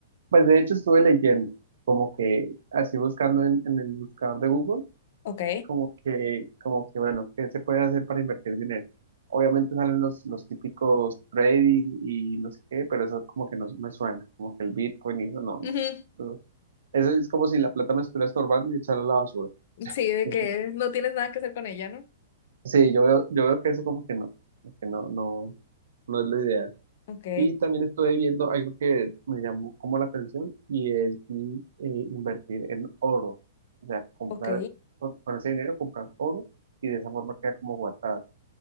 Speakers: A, on the right; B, on the left.
A: Pues de hecho estuve leyendo, como que así buscando en, en el buscador de Google
B: Ok.
A: como que, como que, bueno, ¿qué se puede hacer para invertir dinero? Obviamente salen los, los típicos trading y no sé qué, pero eso como que no no me suena, como que el Bitcoin y eso no, no.
B: Ujú.
A: no. Eso es como si la plata me estuviera estorbando y echarla a la basura.
B: Sí, de
A: Ujú.
B: que no tienes nada que hacer con ella, ¿no?
A: Sí, yo veo, yo veo que eso como que no, como que no, no, no es lo ideal.
B: Ok,
A: Y también estuve viendo algo que me llamó como la atención y es mm, eh, invertir en oro. O sea, comprar,
B: ok.
A: con, con ese dinero comprar oro y de esa forma queda como guardado.